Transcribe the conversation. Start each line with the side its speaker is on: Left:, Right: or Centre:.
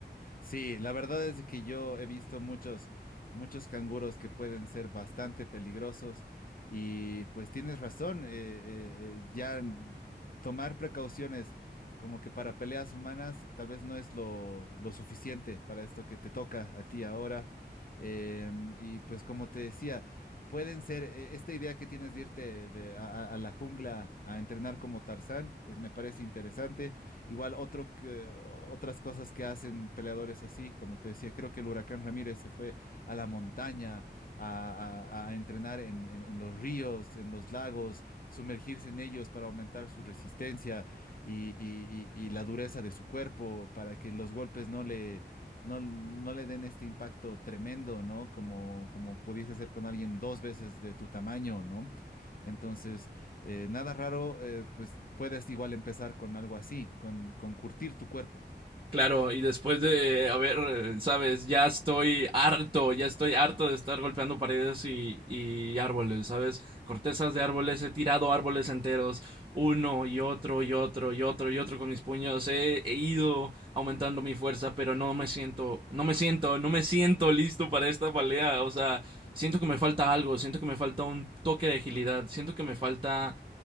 Left: Sí, la verdad es que yo he visto muchos, muchos canguros que pueden ser bastante peligrosos y pues tienes razón, eh, eh, eh, ya n- tomar precauciones como que para peleas humanas tal vez no es lo, lo suficiente para esto que te toca a ti ahora. Em, y pues como te decía, pueden ser, eh, esta idea que tienes de irte de- a, a- a la jungla a entrenar como Tarzán, es, me parece interesante Igual otro que- otras cosas que hacen peleadores así, como te decía, creo que el Huracán Ramírez se fue a la montaña a, a- a entrenar en, en- en los ríos, en los lagos, sumergirse en ellos para aumentar su resistencia y, y- y- y la dureza de su cuerpo, para que los golpes no le, no, no le den este impacto tremendo, ¿no? Como, como pudiese ser con alguien dos veces de tu tamaño, ¿no? Entonces... Eh, nada raro, eh, pues puedes igual empezar con algo así, con, con curtir tu cuerpo.
Right: Claro, y después de, a ver, sabes, ya estoy harto, ya estoy harto de estar golpeando paredes y, y árboles, ¿sabes? Cortezas de árboles, he tirado árboles enteros, uno y otro y otro y otro y otro con mis puños, he, he ido aumentando mi fuerza, pero no me siento, no me siento, no me siento listo para esta pelea, o sea, siento que me falta algo, siento que me falta un toque de agilidad, siento que me falta